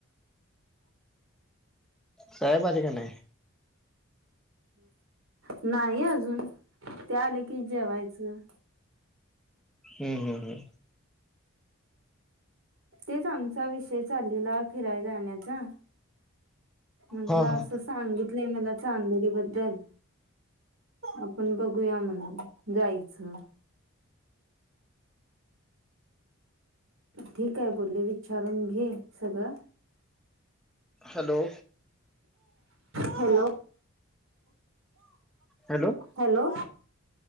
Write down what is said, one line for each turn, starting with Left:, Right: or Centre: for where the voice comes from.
Centre: साहेब आले का नाही?
Right: नाही अजून ते आले की जेवायचं.
Centre: हम्म हम् हम्‌.
Right: तेच आमचा विषय चालेला फिरायला जाण्याचा म्हंटलं
Centre: हो हो
Right: असं सांगितलंय मला चांदोली बद्दल. आपण बघूया म्हणून जायचं. ठीक आहे बोले, विचारून घे सगळं.
Centre: हॅलो.
Right: हॅलो.
Centre: हॅलो.
Right: हॅलो.